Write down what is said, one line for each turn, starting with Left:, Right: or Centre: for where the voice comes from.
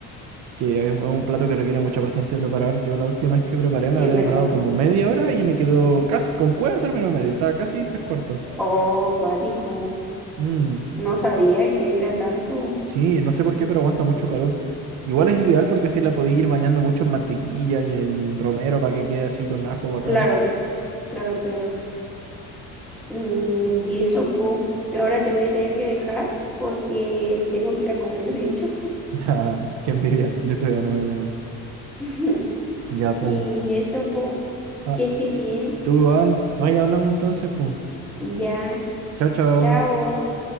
Right: que es es un plato que requiere mucha paciencia preparar. Yo la última vez que preparé me
Centre: Sí,
Right: habré
Centre: es verdad.
Right: demorado como media hora y me quedó casi, con cueva término medio, estaba casi tres cuartos.
Centre: Oh, cuático.
Right: Mm.
Centre: No sabía que era tanto.
Right: Sí, no sé por qué, pero aguanta mucho calor. Igual es ideal porque así la podéis ir bañando mucho en mantequilla y en romero para que quede así con ajo bacán.
Centre: Claro, claro, claro. Mm, y eso, po. Yo ahora te voy a tener que dejar porque me tengo que ir a comer, de hecho.
Right: <laughs> Ah, Qué envidia. Yo todavía no voy a comer.
Centre: <laughs>
Right: Ya, pum.
Centre: Y eso, po.
Right: Ah,
Centre: Que estés bien.
Right: tú igual. Ahí hablamos entonces, pum.
Centre: Ya.
Right: Chao, chao.
Centre: Chao.